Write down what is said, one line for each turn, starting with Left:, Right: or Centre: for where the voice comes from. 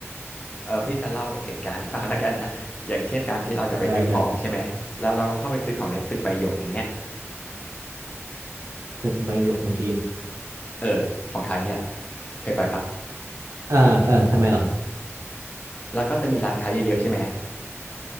Left: เออพี่จะเล่าเหตุการณ์ให้ฟังแล้วกันนะอย่างเช่นการที่เราจะไปซื้อของใช่ไหมแล้วเราก็เข้าไปซื้อของในตึกใบหยกอย่างเงี้ย
Right: ได้ได้ตึกใบหยกของจีน
Left: เออของไทยเนี่ยเคยไปปะ
Right: อ่าเออทำไมเหรอ
Left: แล้วก็จะมีร้านค้าเยอะๆใช่ไหม